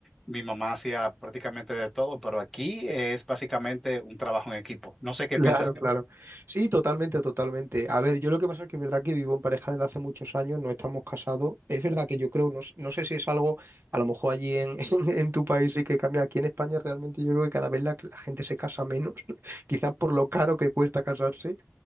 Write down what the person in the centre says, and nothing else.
mi mamá hacía prácticamente de todo, pero aquí es básicamente un trabajo en equipo. No sé qué
piensas.